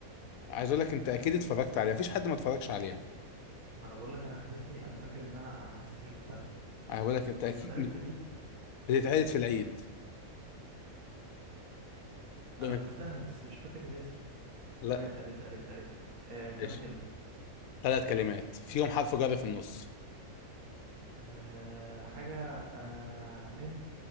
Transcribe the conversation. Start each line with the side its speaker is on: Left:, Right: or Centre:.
Left: عايز أقول لك أنت أكيد اتفرجت عليها مفيش حد ما اتفرجش عليها
Right: ما انا بقول لك انا حاسسني انا فاكر ان انا انا حاسسني شفتها
Left: هقول لك أنت أكيد
Right: بتتقالت في العيد
Left: بتتعرض في العيد بم-
Right: انا شفتها بس مش فاكر الاسم
Left: لا
Right: طب اتقالت اتقالت اتقالت آه كام
Left: ماشي
Right: كلمة
Left: ثلاث كلمات فيهم حرف جر في النص
Right: آه حاجة آه من